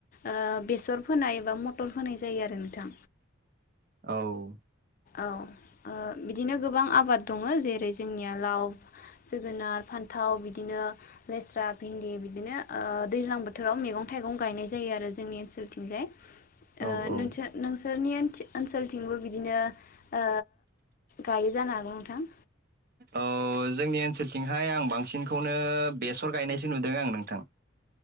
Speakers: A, on the left; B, on the right.
A: ओ बेसर फोनाय एबा मटर होनाय जायो आरो नोंथां।
B: औ
A: औ बिदिनो ओ गोबां आबाद दङ जेरै जोंनिया लाव जोगोनार फान्थाव बिदिनो लेस्रा भिन्दि बिदिनो ओ दैज्लां बोथोराव मेैगं थाइगं गायनाय जायो आरो जोंनि ओनसोलथिंजाय
B: औ
A: ओ
B: औ
A: नोंस नोंसोरनि ओनसोलथिंबो बिदिनो ओ गायो जानो हागौ नोंथां
B: औ जोंनि ओनसोलथिंहाय आं बांसिनखौनो बेसर गायनायसो नुदों आं नोंथां।